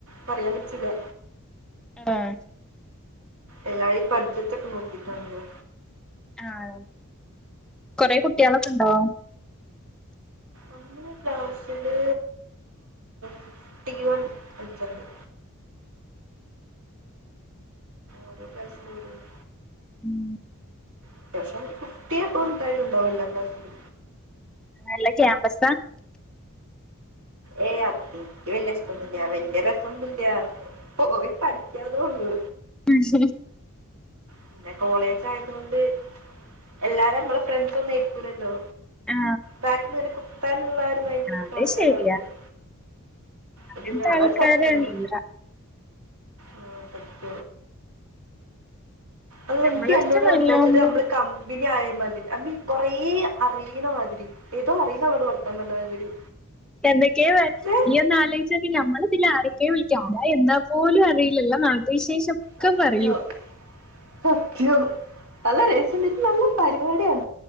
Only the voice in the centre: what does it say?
ആഹ
ആഹ കൊറെ കുട്ടികളൊക്കെണ്ടോ
ഉം
ആ നല്ല ക്യാമ്പസാ
ഉസ
ആ
അത്
ശരിയാ അങ്ങനത്തെ
ആൾക്കാരാണ്
ഈറ
നമ്മളടുത്ത്
നല്ലോമ്പോ
എന്തൊക്കെയ വ
ഈ ഒന്ന് ആലോചിച്ച നമ്മള് ആരൊക്കെ വിളിക്കാരാ എന്താ പോലും അറിയില്ല ന വിശേഷം ഒക്കെ
പറയൂ